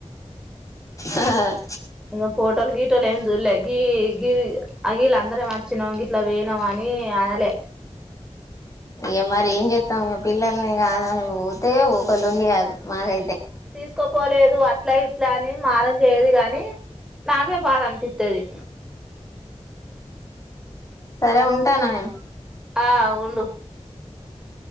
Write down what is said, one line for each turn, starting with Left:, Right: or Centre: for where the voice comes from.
Left: ఆ
Centre: ఇం ఫటోలు గీటోలే చూల్లే గీ గీ అగీల్ అందరం మచిన గిట్ల పోయినమ్ అని అనలే
Left: ఇ మరి ఏం చేస్తాం పిల్లల్ని కాద పోతే కొలులి కదు మాకైతే
Centre: ఉసుక్కపోలేదు అట్ల ఇట్ల అని మారం చేయదు గాని నాకే బాధ అనిపిత్తది
Left: సరే ఉంటాన నేను
Centre: ఆ ఉండు
Left: ఆ